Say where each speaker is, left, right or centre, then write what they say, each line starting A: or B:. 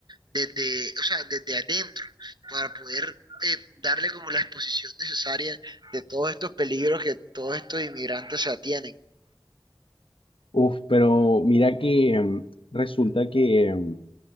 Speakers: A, on the right; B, on the left.
A: desde, o sea, desde adentro, para poder eh, darle como la exposición necesaria de todos estos peligros que todos estos inmigrantes se atienen.
B: Uf, pero mira que em, resulta que... em,